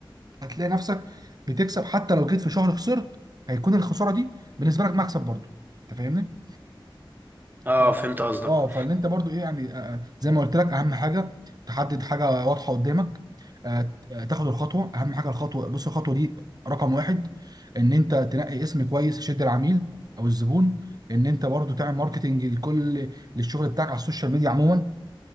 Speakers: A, on the right; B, on the right.
A: هتلاقي نفسك بتكسب حتى لو جيت في شهر خسرت هيكون الخساره دي بالنسبه لك مكسب برضو انت فاهمني؟
B: اه
A: ف-
B: فهمت قصدك
A: اه فاللي انت برضو ايه يعني آه، آه، زي ما قلت لك اهم حاجه تحدد حاجه واضحه قدامك آه، آه، تاخد الخطوه اهم حاجه الخطوه بص الخطوه دي رقم واحد ان انت تنقي اسم كويس يشد العميل او الزبون ان انت برضو تعمل ماركتنج لكل للشغل بتاعك على السوشيال ميديا عموما